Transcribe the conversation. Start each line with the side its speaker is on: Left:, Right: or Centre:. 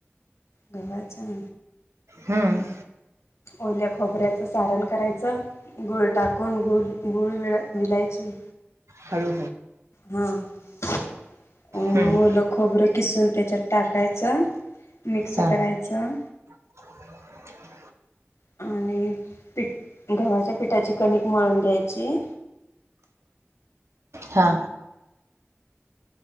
Left: गव्हाच्या
Right: हम्म.
Left: ओल्या खोबऱ्याचं सारण करायचं. गोळ टाकून ग गोळळा मिलायचे.
Right: ह <inaudible>
Left: हा. अ- ओलं
Right: हम्म
Left: खोबरं किसून त्याच्यात टाकायचं, मिक्स
Right: हा
Left: करायचं
Right: <inaudible>
Left: आणि पीठ गव्हाच्या पिठाचे कणिक मळून घ्यायची
Right: हा.